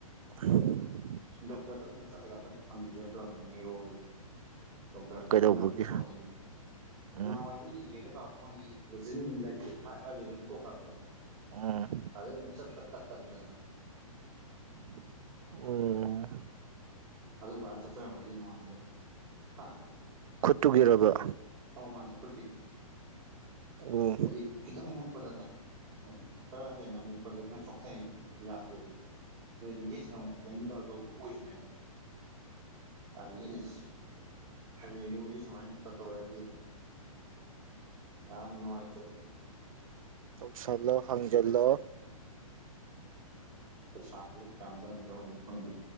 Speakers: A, on the right; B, on the right.
A: ꯎꯝ
B: ꯗꯣꯛꯇꯔꯗꯣ ꯑꯝꯇꯪ ꯆꯠꯂꯒ ꯑꯝꯇꯪ ꯍꯪꯁꯦꯠꯇ ꯅꯅꯤꯌꯨꯔꯣꯒꯤ ꯗꯣꯛꯇꯔ
A: ꯀꯩꯗꯧꯕꯒꯤ
B: ꯅꯔꯁꯁꯨꯨ ꯁꯣꯜꯂꯤꯕꯅꯤ
A: ꯎꯝ
B: ꯅꯍꯥꯟꯋꯥꯏꯁꯤ ꯌꯦꯡꯒꯦ ꯇꯧꯔꯒ ꯃꯣꯏꯒꯤ ꯃꯦꯆꯤꯟ ꯂꯩꯇꯦ ꯍꯥꯏꯕꯗꯨ ꯑꯗꯨꯝ ꯇꯣꯛꯈ꯭ꯔꯕꯅꯦꯕ
A: ꯎꯝ
B: ꯑꯗꯩ ꯑꯗꯨꯝ ꯆꯠꯄ ꯇꯠ ꯇꯟꯗꯅ
A: ꯑꯣꯝ
B: ꯑꯗꯨ ꯜ ꯆꯆ ꯃꯗꯤ ꯅꯅꯨꯡꯗꯣ ꯍꯥ
A: ꯈꯨꯠꯇꯨꯒꯤꯔꯔꯕ
B: ꯑꯧ ꯃꯥꯅꯦ ꯐꯠꯀꯤ
A: ꯎꯝ
B: ꯍꯥꯏꯗꯤ ꯈꯤꯇꯪ ꯃꯨꯛꯄꯗꯅꯦ ꯈꯔ ꯍꯦꯟꯅ ꯃꯨꯛꯄꯗ ꯀꯩꯅ ꯁꯣꯛꯊꯩꯑꯕ ꯌꯥꯗꯦꯕ ꯌꯦꯁ ꯅꯪꯨꯛ ꯀꯩꯝꯇ ꯇꯧꯗ ꯑꯣꯏꯁꯤꯅꯦꯕ ꯌꯥꯝ ꯌꯦꯠꯂꯁꯤ ꯍꯥꯏꯅꯕꯤꯁꯦ ꯁꯨꯃꯥꯏꯅ ꯇ ꯇꯧꯔꯗꯤ ꯌꯥꯝꯝ ꯅꯨꯡꯉꯥꯏ
A: ꯇꯧꯁꯂꯣ ꯍꯥꯡꯒꯦꯣ
B: ꯄꯩꯁꯥꯁꯨ ꯀꯌꯥꯝ ꯆꯪ ꯆꯧꯁꯦ ꯈꯪꯗꯦ